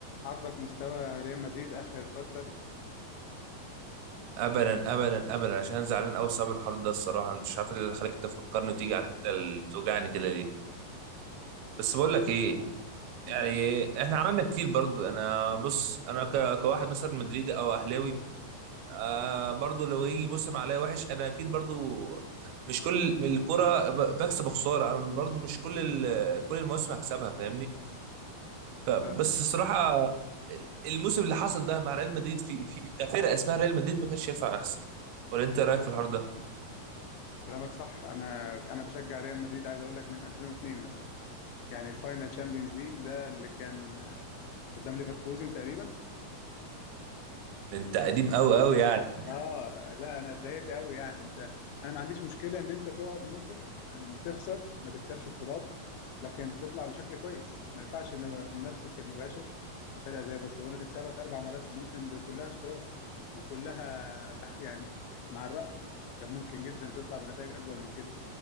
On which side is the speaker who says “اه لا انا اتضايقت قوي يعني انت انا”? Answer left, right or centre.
Left